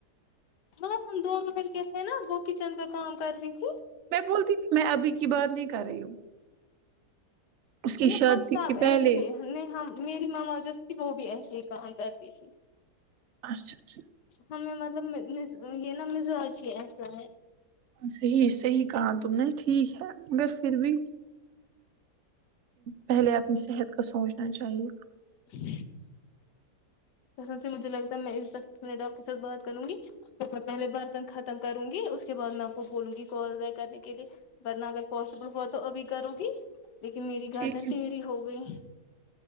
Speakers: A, on the left (about 80°); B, on the right (about 60°).
A: بہت ہم دونوں مل کے تھے نا وہ کچن کا کام کر تی تھی
B: میں بولتی تھی میں ابھی کی بات نہیں کر رہی ہوں اس کی
A: نہیں
B: شادی
A: ہم سب
B: کی پہلے
A: ایسے نہیں ہم میری مما جو تھی وہ بھی ایسے ہی کہا کرتی تھی
B: اچھا اچھا
A: ہمیں مطلب م مز یہ نا مزاج ہی ایسا ہے
B: صحیح صحیح کہا تم نے ٹھیک ہے مگر پھر بھی پہلے اپنی صحت کا سوچنا چاہیے
A: <inaudible> اس واسطے مجھے لگتا ہے میں دس منٹ آپ کے ساتھ بات کروں گی تو میں پہلے برتن ختم کروں گی اس کے بعد میں آپ کو بولوں گی کال بیک کرنے کے لیے ورنہ اگر پاسبل ہوا تو ابھی کروں گی لیکن میری گردن
B: ٹھیک ہے
A: تیڑھی ہو گئی